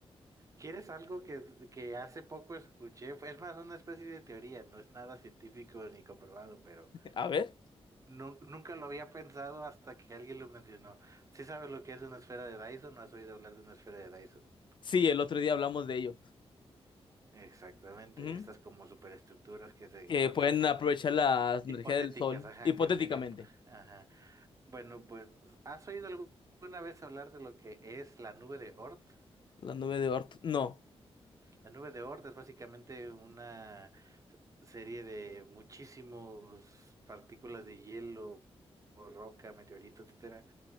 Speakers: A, on the right; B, on the left.
A: ¿Quieres algo que, que hace poco escuché? Fue- Es más una especie de teoría, no es nada científico ni comprobado, pero
B: A ver.
A: nu- nunca lo había pensado hasta que alguien lo mencionó. ¿Sí sabes lo que es una esfera de Dyson? ¿No has oído hablar de una esfera de Dyson?
B: Sí, el otro día hablamos de ello.
A: Exactamente,
B: Ujú.
A: estas como superestructuras que se
B: Que
A: concentran
B: pueden aprovechar la
A: hipotéticas,
B: energía del sol,
A: ajá,
B: hipotéticamente.
A: que serían, ajá. Bueno, pues, ¿has oído alguna vez hablar de lo que es la nube de Oort?
B: La nube de Oort. No.
A: La Nube de Oort es básicamente una serie de muchísimos partículas de hielo, o roca, meteorito, etcétera,